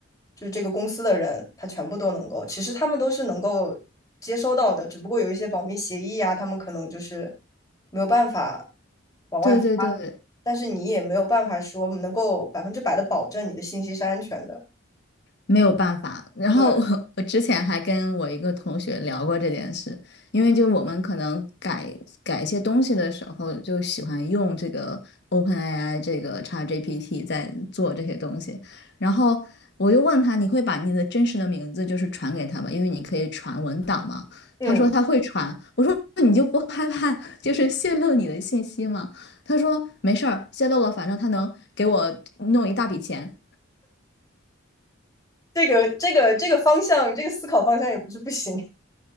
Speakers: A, on the left (about 20°); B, on the left (about 55°).
A: 就是这个公司的人，他全部都能够，其实他们都是能够接收到的，只不过有一些保密协议啊，他们可能就是没有办法往外发，
B: 对对对，
A: 但是你也没有办法说能够百分之百的保证你的信息是安全的。
B: 没有办法。然后我我之前还跟我一个同学聊过这件事，
A: 对，
B: 因为就我们可能改改一些东西的时候，就喜欢用这个 OpenAI 这个 ChatGPT 在做这些东西。然后我又问他，你会把你的真实的名字就是传给他吗？因为你可以传文档嘛。
A: 嗯，
B: 他说他会传，我说那你就不害怕就是泄露你的信息吗？他说没事儿，泄露了，反正他能给我弄一大笔钱。
A: 这个这个这个方向，这个思考方向也不是不行。